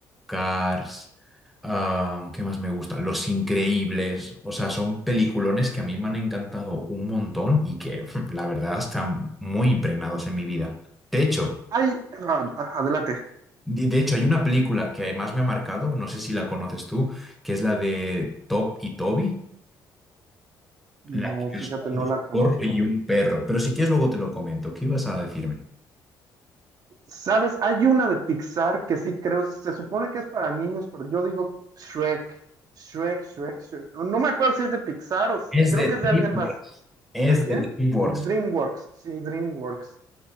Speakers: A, in the centre; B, on the right.
A: Cars, ah, ¿qué más me gusta? Los Increíbles, o sea, son peliculones que a mí me han encantado un montón y que, <laughs> la verdad, están muy impregnados en mi vida. De hecho,
B: Ay, a- a- adelante.
A: de de hecho, hay una película que además me ha marcado, no sé si la conoces tú, que es la de Top y Toby,
B: No,
A: la que
B: fíjate,
A: es un
B: no la conozco.
A: zorro y un perro. Pero si quieres, luego te lo comento. ¿Qué ibas a decirme?
B: ¿Sabes? Hay una de Pixar que sí creo, se supone que es para niños, pero yo digo Shrek, Shrek, Shrek, Shrek. No, no me acuerdo si es de Pixar o si-
A: Es
B: creo
A: de
B: que es
A: DreamWorks.
B: de alguien más.
A: Es
B: ¿De quién?
A: de DreamWorks.
B: DreamWorks, sí, DreamWorks.